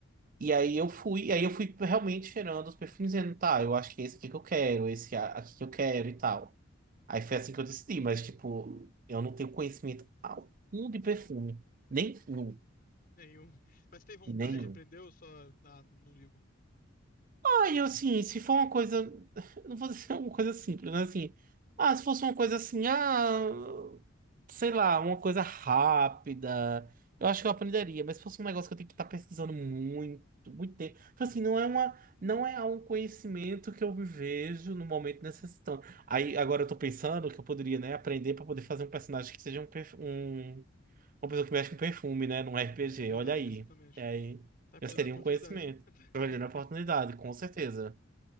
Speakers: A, on the right; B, on the left.
A: E aí eu fui, e aí eu fui realmente cheirando os perfumes dizendo, tá, eu acho que é esse aqui que eu quero, esse a- aqui que eu quero e tal. Aí foi assim que eu decidi, mas tipo, eu não tenho conhecimento algum de perfume. Nenhum,
B: Nenhum. Mas tem vontade,
A: nenhum.
B: aprendeu, só. Ah, não, não ligo.
A: Ah, eu assim, se for uma coisa. <laughs> Não vou dizer uma coisa simples, né? Assim, ah, se fosse uma coisa assim, ah, sei lá, uma coisa rápida, eu acho que eu aprenderia, mas se fosse um negócio que eu tenho que estar pesquisando muito, muito tempo. Tipo Assim, não é uma, não é um conhecimento que eu me vejo no momento necessitando. Aí agora eu tô pensando que eu poderia, né, aprender para poder fazer um personagem que seja um, perf- um uma pessoa que mexe com perfume, né? Num RPG,
B: É verdade,
A: olha aí.
B: exatamente.
A: E aí,
B: Tá perdendo
A: já seria
B: a oportunidade.
A: um conhecimento.
B: <laughs>
A: Olhando a oportunidade, com certeza.